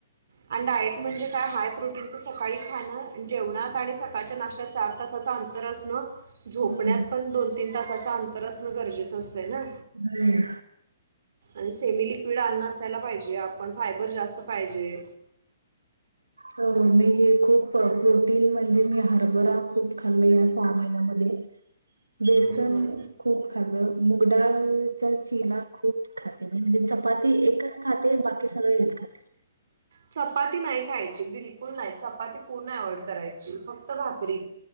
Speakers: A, on the right; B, on the right.
A: आणि डाएट म्हणजे काय हाय प्रोटीनच सकाळी खाणं जेवणात आणि सकाळच्या नाशत्यात चार तासाच अंतर असणं झोपण्यात
B: हम्म
A: पण दोन तीन तासाच अंत तर असणं गरजेचं असतंय ना.
B: हम्म
A: आन सेमी लिक्विड अन्न असायला पाहिजे. आपण फायबर जास्त पाहिजे.
B: हो मी हे खूप प्रोटीन म्हणजे मी हरभरा खूप खाल्ला या सहा महिन्यामध्ये. बेसन
A: हम्म.
B: खूप खाल्ल. मुगडाळचा चिना खूप खाते म्हणजे चपाती एकच खाते बाकी सगळं हेच खाते.
A: चपाती नाही खायची बिलकुल नाही चपाती पूर्ण अव्हॉइड करायची फक्त भाकरी.